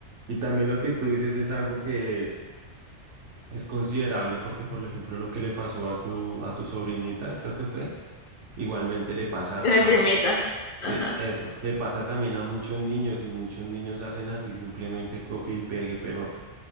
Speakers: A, on the right; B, on the left.
A: Y también lo que tú dices es algo que es, es considerable porque, por ejemplo, lo que le pasó a tu, a tu sobrinita, creo que fue, igualmente le pasa
B: La
A: a...
B: primita.
A: Sí,
B: Ajá.
A: eso, le pasa también a muchos niños y muchos niños hacen así simplemente copia y pegue, pero